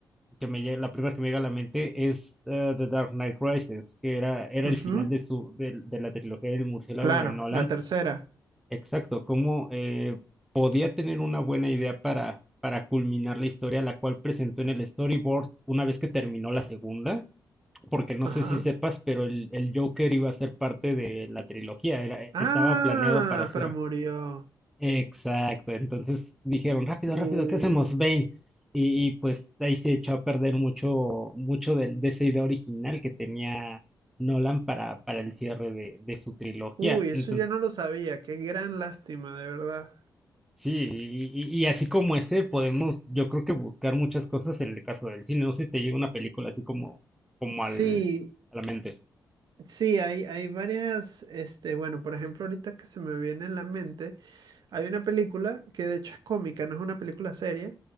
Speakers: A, in the centre; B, on the right.
A: que me llega, la primera que me llega a la mente es eh, The Dark Knight Rises, que era, era
B: Ujú,
A: el final de su, del- de, la trilogía del murciélago
B: claro,
A: de Nolan.
B: la tercera.
A: Exacto, cómo eh, podía tener una buena idea para, para culminar la historia, la cual presentó en el storyboard una vez que terminó la segunda, porque no
B: Ajá.
A: sé si sepas, pero el, el Joker iba a ser parte de la trilogía, era,
B: Ah,
A: estaba planeado para ser
B: pero murió.
A: Exacto, entonces dijeron, rápido,
B: Uh,
A: rápido, ¿qué hacemos? Bane. Y, y, pues ahí se echó a perder mucho, mucho del- de, esa idea original que tenía Nolan para, para el cierre de, de su trilogía.
B: uy, eso
A: Entonces,
B: yo no lo sabía. Qué gran lástima, de verdad.
A: sí, y, y- y así como ese, podemos, yo creo que buscar muchas cosas en el caso del cine. No sé si te llega una película así como, como
B: Sí,
A: al, a la mente.
B: Sí, hay, hay varias, este, bueno, por ejemplo, ahorita que se me viene en la mente, hay una película que de hecho es cómica, no es una película seria,